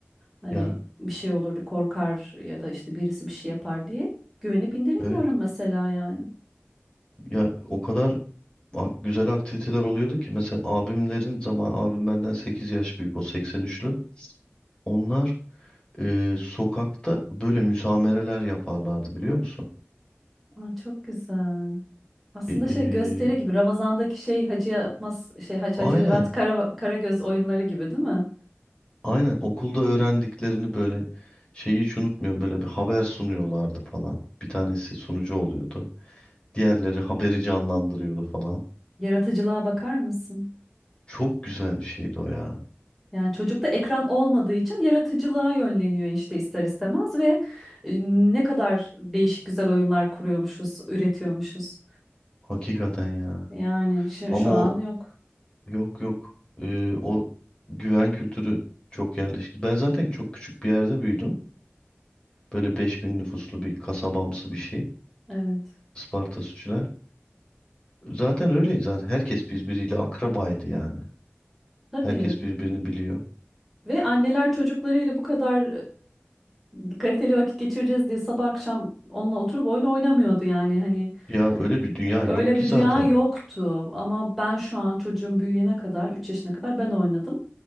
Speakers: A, in the centre; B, on the left.
A: Hani
B: Ya
A: bir şey olurdu korkar ya da işte birisi bir şey yapar diye güvenip indiremiyorum
B: evet.
A: mesela yani.
B: Ya o kadar a- güzel aktiviteler oluyordu ki mesela abimlerin zaman abim benden 8 yaş büyük o seksen üçlü. Onlar e, sokakta böyle müsamereler yaparlardı biliyor musun?
A: Aa, çok güzel. Aslında
B: E,
A: şey
B: e,
A: gösteri gibi Ramazan'daki şey Hacı Yatmaz şey Hac
B: aynen.
A: Hacivat Kara, Karagöz oyunları gibi değil mi?
B: Aynen okulda öğrendiklerini böyle şeyi hiç unutmuyorum böyle bir haber sunuyorlardı falan. Bir tanesi sunucu oluyordu. Diğerleri haberi canlandırıyordu falan.
A: Yaratıcılığa bakar mısın?
B: Çok güzel bir şeydi o ya.
A: Yani çocukta ekran olmadığı için yaratıcılığa yönleniyor işte ister istemez ve e, ne kadar değişik güzel oyunlar kuruyormuşuz, üretiyormuşuz.
B: Hakikaten ya.
A: Yani şu,
B: Ama
A: şu an
B: o
A: yok.
B: yok yok. E, o güven kültürü çok yerleşti. Ben zaten çok küçük bir yerde büyüdüm. Böyle 5000 nüfuslu bir kasabamsı bir şey.
A: Evet.
B: Isparta Sütçüler. Zaten öyleydi zaten. Herkes birbiriyle akrabaydı yani.
A: Tabii.
B: Herkes birbirini biliyor.
A: Ve anneler çocuklarıyla bu kadar e, <laughs> kaliteli vakit geçireceğiz diye sabah akşam onunla oturup oyun oynamıyordu yani hani
B: Ya öyle bir dünya
A: Öyle
B: yok ki
A: bir
B: zaten.
A: dünya yoktu ama ben şu an çocuğum büyüyene kadar 3 yaşına kadar ben oynadım